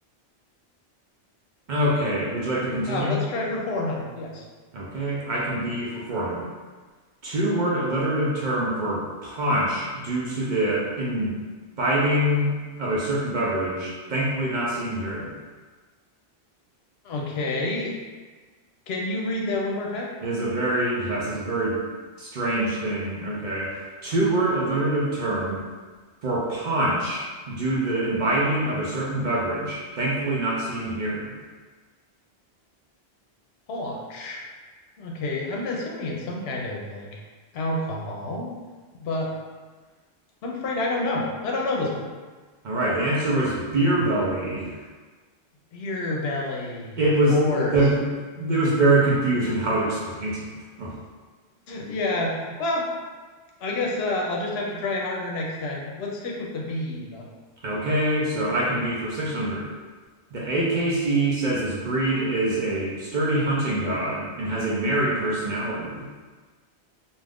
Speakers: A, on the right; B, on the left.
A: Okay. Would you like to continue?
B: Uh, let's try for 400. Yes.
A: Okay. I can B for 400. Two-word alliterative term for punch due to the imbibing of a certain beverage, thankfully not seen here.
B: Okay. Can you read that one more time?
A: Is a very, yes, it's a very strange thing. Okay. Two-word alliterative term for paunch due to the imbibing of a certain beverage, thankfully not seen here.
B: Haunch. Okay. I'm assuming it's some kind of like alcohol, but I'm afraid I don't know. I don't know this one.
A: All right, the answer was beer belly.
B: Beer belly,
A: It
B: of
A: was
B: course.
A: the
B: <laughs>
A: it was very confusing how it <laughs> explained it though.
B: Yeah. Well, I guess uh, I'll just have to try harder next time. Let's stick with the bee, though.
A: Okay, so I can be for 600. The AKC says this breed is a sturdy hunting dog and has a merry personality.